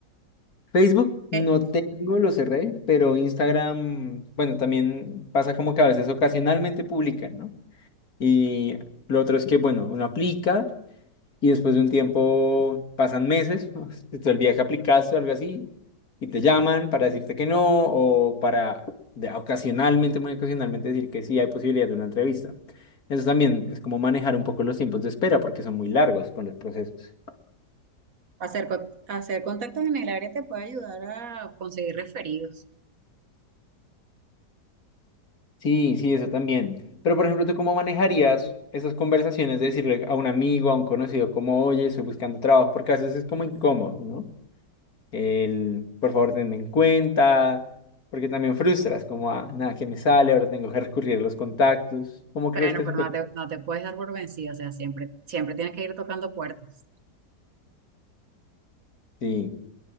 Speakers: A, on the left; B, on the right.
A: Facebook no
B: Eh,
A: tengo, lo cerré, pero Instagram, bueno, también pasa como que a veces ocasionalmente publican, ¿no? Y lo otro es que, bueno, uno aplica. y después de un tiempo pasan meses, <laughs> se el viaje aplicaste o algo así, y te llaman para decirte que no o para de- ocasionalmente, muy ocasionalmente decir que sí hay posibilidad de una entrevista. Eso también es como manejar un poco los tiempos de espera porque son muy largos con los procesos.
B: hacer, co- hacer contactos en el área te puede ayudar a conseguir referidos.
A: Sí, sí, eso también. Pero, por ejemplo, ¿tú cómo manejarías esas conversaciones de decirle a un amigo, a un conocido, como, oye, estoy buscando trabajo? Porque a veces es como incómodo, ¿no? el por favor tenme en cuenta, porque también frustras, como ah, nada que me sale, ahora tengo que recurrir a los contactos. ¿Cómo crees
B: Bueno,
A: que
B: pero
A: se puede?
B: no te, no te puedes dar por vencido, o sea, siempre, siempre tienes que ir tocando puertas.
A: Sí,